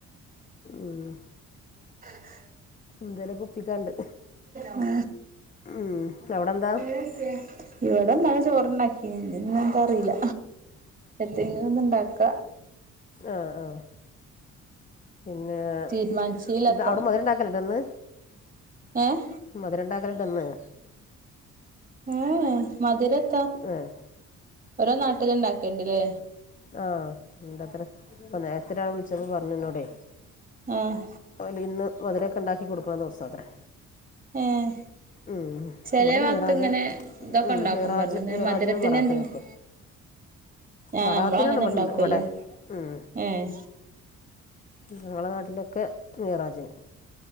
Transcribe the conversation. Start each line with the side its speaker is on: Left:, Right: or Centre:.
Left: ഉം.
Right: <unintelligible>
Left: ഇന്തലൊക്കെ ഒപ്പിക്കാണ്ട്.
Right: ഉം.
Left: ഉം അവിടെന്താ?
Right: പിടിച്ചെ. ഇവിടെന്നാണ് ചോറ്ണ്ടാക്കി ഇന്ന എന്താ അറിയില്ല എത്തങ്ങിലും ഒന്ന ഇണ്ടാക്ക.
Left: ആഹ് ആഹ് പിന്നെ അവിടെ
Right: തീരുമാനിച്ചീല്ല എത്താന്ന്
Left: ത് അമുതിരണ്ടാക്കലൊണ്ടന്ന്.
Right: ഏഹ്
Left: മധരണ്ടാക്കലുണ്ട്ന്ന്-
Right: ഏഹ് മധുരത്ത്.
Left: ഏഹ്.
Right: ഓരോ നാട്ടിലങ ഇണ്ടാക്കേണ്ടല്ലേ?
Left: ആഹ് ഉണ്ട്ത്ര ഇപ്പൊ നേരത്തെരാൾ വിളിച്ചപ്പോ പറഞ്ഞുന്നോടെ
Right: ആഹ്.
Left: ഒല് ഇന്ന് മധുരൊക്കെ ഉണ്ടാക്കി കൊടുക്കണ ദിവസം അത്രേ
Right: ഏഹ്
Left: ഉം
Right: ചെലേ
Left: ഇവിടെ
Right: ഭാഗത്ത്
Left: മീറജന്
Right: ഇങ്ങനെ ഇതൊക്കെ
Left: ഉ
Right: ഉണ്ടാക്കും
Left: ഹറജൻ.
Right: പറഞ്ഞു ഇങ്ങനെ
Left: ഹിറജിനുംഫറത്തിനൊക്ക
Right: മധുരത്തിന് എന്തെങ്കിലും ആഹ്
Left: ബറാത്തിനാണ്
Right: നമ്മള് അങ്ങനെ
Left: ഇവിടെണ്ടെ
Right: ഉണ്ടാക്കുവല്ലോ
Left: ഇവിടെ ഉം
Right: ഏഹ്
Left: ഞങ്ങളുടെ നാട്ടിലൊക്കെ നെയറാജന്